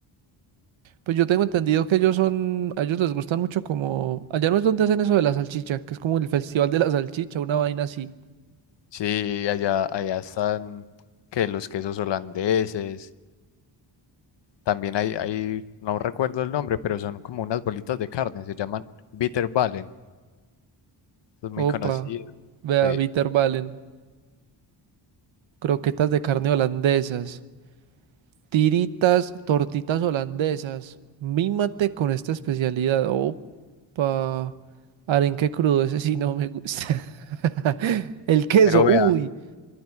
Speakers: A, on the right (about 80°); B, on the left (about 65°).
A: Pues yo tengo entendido que ellos son, a ellos les gusta mucho como, allá no es donde hacen eso de la salchicha, que es como el festival de la salchicha, una vaina así.
B: Sí, allá, allá están que los quesos holandeses. También hay, hay, no recuerdo el nombre, pero son como unas bolitas de carne, se llaman Bitterballen. es muy
A: Opa,
B: conocido.
A: vea,
B: Sí.
A: Valen, croquetas de carne holandesas, tiritas, tortitas holandesas. Mímate con esta especialidad. Opa, arenque crudo, ese <laughs> sí no me gusta. <laughs> El queso,
B: Pero vea,
A: uy,